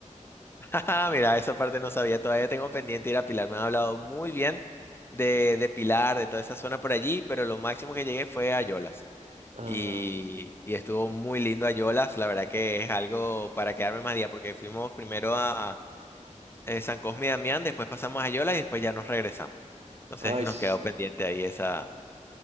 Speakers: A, on the left; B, on the right.
A: <laughs> Ajá, mira, esa parte no sabía, todavía tengo pendiente ir a Pilar, me han hablado muy bien de, de Pilar, de toda esa zona por allí, pero lo máximo que llegué fue a Yolas
B: Ah,
A: y, y estuvo muy lindo a Yolas, la verdad que es algo para quedarme más día porque fuimos primero a eh, San Cosme y Damián, después pasamos a Yolas y después ya nos regresamos. Entonces
B: ay,
A: nos
B: sí.
A: quedó pendiente ahí esa,